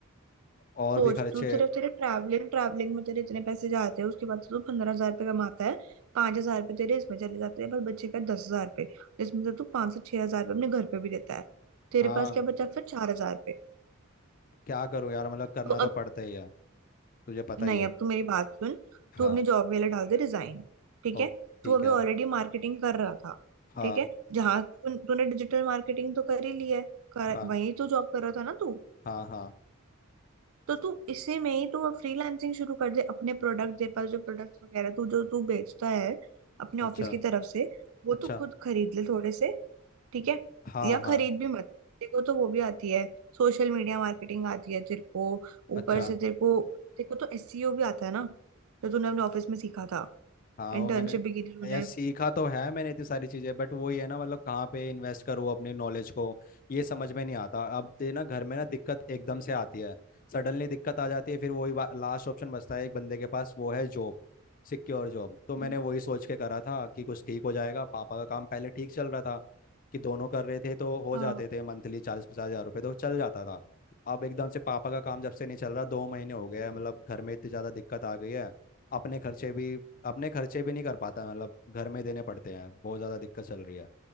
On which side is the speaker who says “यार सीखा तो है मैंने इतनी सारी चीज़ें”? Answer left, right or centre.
Left